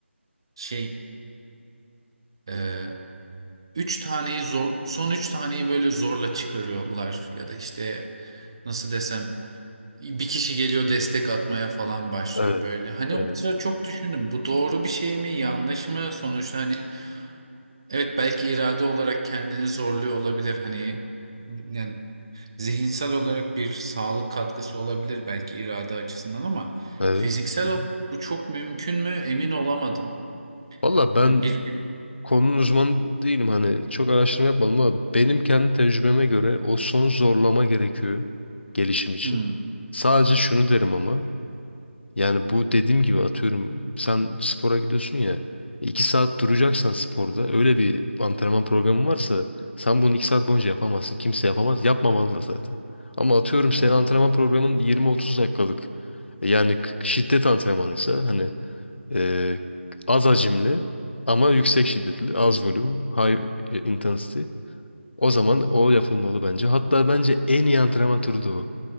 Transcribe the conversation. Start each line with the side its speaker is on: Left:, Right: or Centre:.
Right: şey e, üç taneyi zor son üç taneyi böyle zorla çıkarıyorlar ya da işte nasıl desem bir kişi geliyor destek atmaya falan başlıyor
Left: Evet.
Right: böyle. Hani
Left: Evet.
Right: o sıra çok düşündüm bu doğru bir şey mi yanlış mı sonuçta hani evet belki irade olarak kendini zorluyor olabilir hani yani zihinsel olarak bir sağlık katkısı olabilir belki irade açısından ama
Left: Evet.
Right: fiziksel
Left: Hı
Right: olarak
Left: hı.
Right: bu çok mümkün mü emin olamadım.
Left: Valla ben
Right: Yani bir
Left: konunun uzmanı değilim hani çok araştırma yapmadım ama benim kendi tecrübeme göre o son zorlama gerekiyor gelişim için.
Right: Hmm.
Left: Sadece şunu derim ama Yani bu dediğim gibi atıyorum sen spora gidiyorsun ya iki saat duracaksan sporda öyle bir antrenman programı varsa sen bunu iki saat boyunca yapamazsın. Kimse yapamaz. Yapmamalı da zaten. Ama atıyorum senin
Right: Hmm.
Left: antrenman programın 20-30 dakikalık e, yani k- şiddet antrenmanıysa hani e, az hacimli ama yüksek şiddetli az volüm high e, intensity o zaman o yapılmalı bence. Hatta bence en iyi antrenman türü de o.